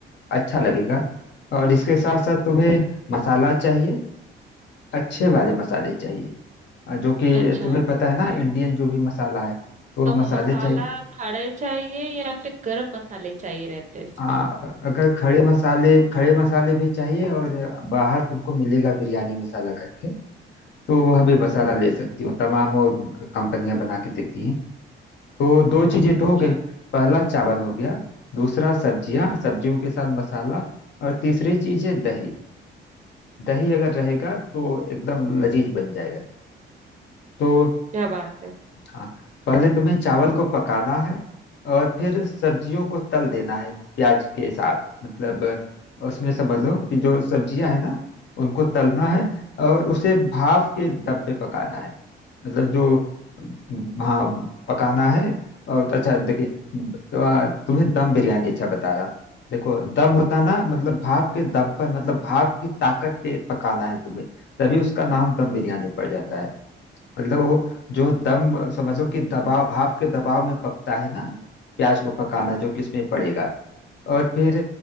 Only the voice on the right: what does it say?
अच्छा
तो
मसाला
खड़े चाहिए या फिर गरम मसाले चाहिए रहते हैं इसमें
अच्छा
क्या बात है